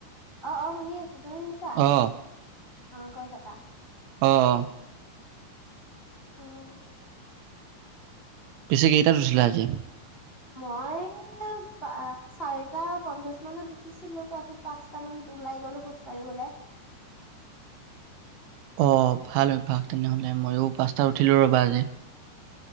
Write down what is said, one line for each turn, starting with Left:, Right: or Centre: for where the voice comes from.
Left: অ', অ' শুনি আছো তুমি শুনিছা
Right: অ
Left: অ কৈ থাকা।
Right: অ',
Left: অ',
Right: পিছে কেইটাত উঠিলা আজি?
Left: মই চাৰিটা পঞ্চাশ মানত উঠিছিলো তাৰপিছত পাঁচটা মানত ওলাই গ'লো খোজ কাঢ়িবলে
Right: অ' ভাল অভ্যাস তেনেহলে ময়ো পাঁচটা উঠিলো ৰ'বা আজি।